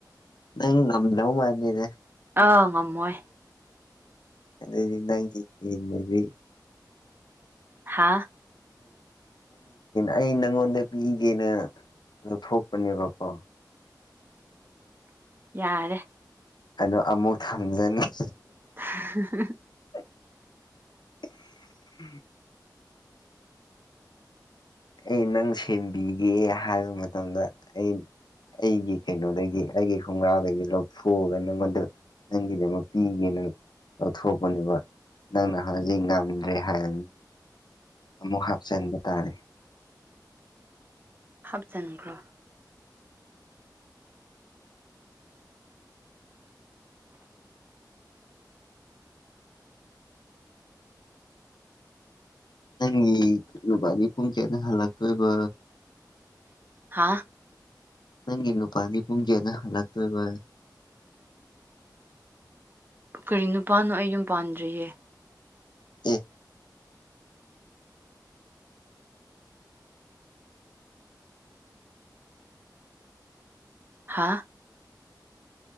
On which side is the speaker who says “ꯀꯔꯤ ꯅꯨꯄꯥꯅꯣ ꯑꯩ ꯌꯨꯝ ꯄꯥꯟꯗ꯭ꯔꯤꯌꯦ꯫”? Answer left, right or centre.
Right